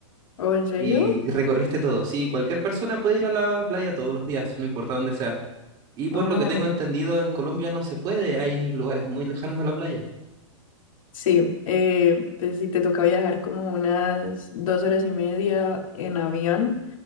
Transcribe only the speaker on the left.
¿Oh, en serio?
Oh,
sí, eh, pues si te toca viajar como unas dos horas y media en avión